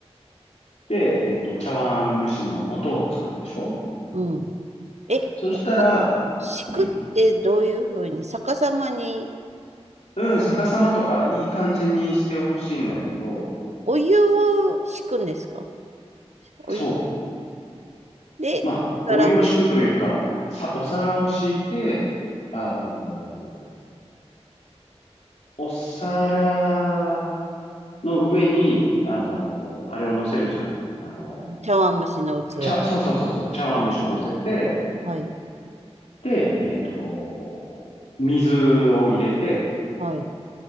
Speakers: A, on the left; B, on the right.
A: で、えっと、茶碗蒸しの素を作るでしょ
B: うん。え、
A: そしたら、
B: お湯敷くってどういうふうに、
A: うん、
B: 逆さまに
A: うん、逆さまとかいい感じにしてほしいんだけど、
B: お湯を敷くんですかお湯
A: そう。
B: で、
A: まあ、
B: から
A: お湯を敷くというか、さ、お皿を敷いて、あのーお皿の上に、あのーあれを乗せるじゃん。あの
B: 茶碗蒸しの器。
A: ー茶、そうそうそうそう、茶碗蒸しを乗せて、
B: はい、
A: で、えっと、水を入れて、
B: はい。